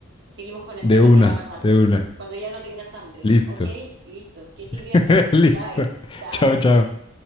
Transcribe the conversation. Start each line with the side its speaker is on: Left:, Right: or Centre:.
Right: seguimos con el
Left: De
Right: tema
Left: una,
Right: que da para rato.
Left: de una.
Right: Cuando ya no tengas hambre,
Left: Listo,
Right: ¿ok? Listo, que estés
Left: <laughs>
Right: bien.
Left: listo.
Right: Bye, chao.
Left: Chao, chao.